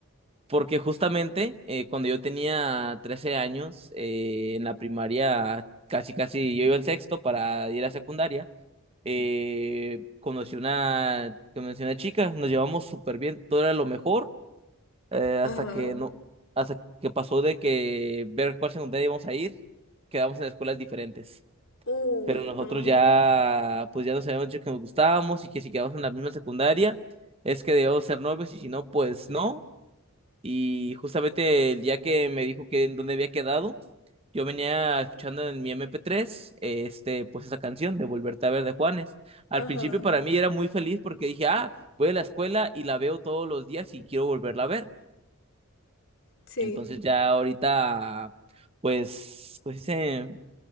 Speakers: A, on the right (about 25°); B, on the left (about 70°).
A: porque justamente eh, cuando yo tenía 13 años, eh, en la primaria, casi casi yo iba en sexto para ir a secundaria, eh, conocí una, conocí una chica, nos llevamos súper bien, todo era lo mejor. Eh,
B: Ajá.
A: hasta que no, hasta que pasó de que ver cuál secundaria íbamos a ir, quedamos en escuelas diferentes.
B: Uy,
A: Pero nosotros
B: no.
A: ya, pues ya nos habíamos dicho que nos gustábamos y que si quedamos en la misma secundaria, es que debíamos ser novios y si no, pues no. Y justamente el día que me dijo que en dónde había quedado, yo venía escuchando en mi MP3, eh, este, pues esa canción de Volverte a ver de Juanes. Al
B: Ajá.
A: principio para mí era muy feliz porque dije, ah, voy a la escuela y la veo todos los días y quiero volverla a ver.
B: Sí.
A: Entonces ya ahorita, pues, pues dice,